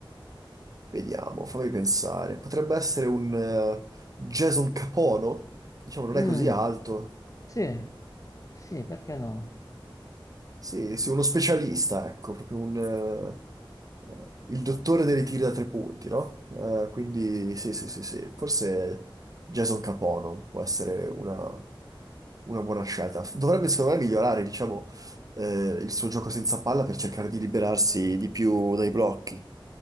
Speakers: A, on the right (about 45°); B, on the left (about 40°).
A: vediamo, fammi pensare. Potrebbe essere un eh, Jason Capono? Diciamo, non
B: Mm,
A: è così alto,
B: sì, sì, perché no?
A: Sì, sì, uno specialista, ecco, proprio un, eh, eh, il dottore dei tiri da tre punti, no? Eh, quindi sì, sì, sì, sì, forse Jason Capono può essere una, una buona scelta. Dovrebbe, secondo me, migliorare, diciamo, eh, il suo gioco senza palla per cercare di liberarsi di più dai blocchi.